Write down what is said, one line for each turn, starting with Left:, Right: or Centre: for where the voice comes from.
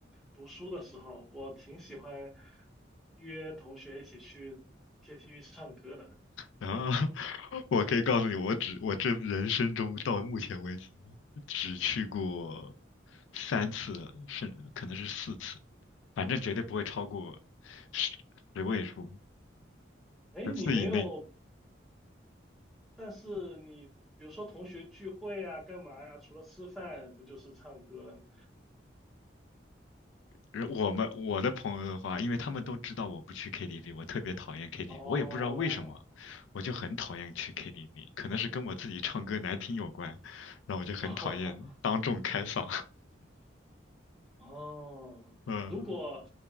Centre: 读书的时候，我挺喜欢约同学一起去 KTV 唱歌的。
Left: 然后 <laughs> 我可以告诉你，我只我这人生中到目前为止只去过三次，甚可能是四次，反正绝对不会超过十十位数，
Centre: 哎，
Left: 十次以内。
Centre: 你没有，但是你比如说同学聚会啊，干嘛呀？除了吃饭，不就是唱歌了吗？
Left: 而我们我的朋友的话，因为他们都知道我不去 KTV，我特别讨厌 KTV，
Centre: 哦，
Left: 我也不知道为什么，我就很讨厌去 KTV，可能是跟我自己唱歌难听有关，那我就很讨厌当众开嗓，
Centre: <laughs> 哦，
Left: <laughs> 嗯。
Centre: 如果